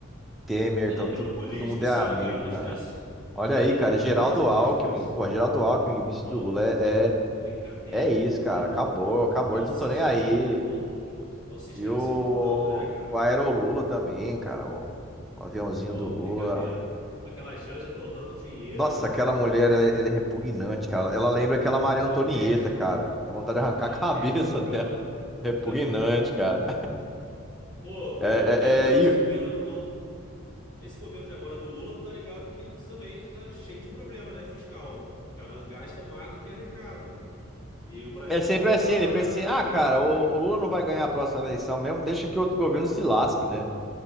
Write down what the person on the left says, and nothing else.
não
é nem
pelo político,
sabe,
cara? Eu me
estresso.
Não
é nem
pelo
político que
eu me estresso.
Pô,
brincadeira,
é bizarro.
É o
sistema
todos juntos. É o sistema
se juntando, né, cara?
Pô,
brincadeira. Aquela Janja torrando dinheiro,
ela
é patética.
Patética
pra caramba.
<laughs>
Pô,
o, e agora
esse governo atual. Esse governo de agora do Lula, tu tá ligado que também está cheio de problema, né? Fiscal. Os caras gastam mais do que arrecadam. E o Brasil
já tá com
data
marcada
para
quebrar.